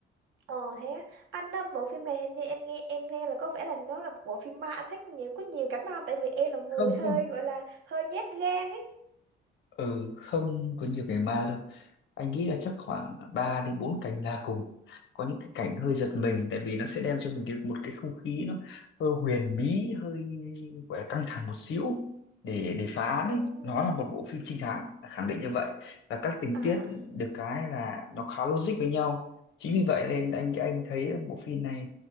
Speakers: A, on the right (about 80°); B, on the left (about 70°).
A: ồ thế á. anh á, bộ phim này hình như em nghe em nghe là có vẻ là nó là bộ phim ma anh thích nhiều có nhiều cảnh ma không tại vì em là một
B: không
A: người hơi
B: không
A: gọi là hơi nhát gan ấy
B: ừ không có nhiều cảnh ma đâu anh nghĩ là chắc khoảng 3 đến 4 cảnh là cùng có những cái cảnh hơi giật mình tại vì nó sẽ đem cho mình cái, một cái không khí nó hơi huyền bí hơi gọi là căng thẳng một xíu để để phá án
A: ồ
B: ấy nó là một bộ phim trinh thám khẳng định như vậy và các tình
A: à
B: tiết được cái là nó khá logic với nhau chính vì vậy nên anh anh thấy bộ phim này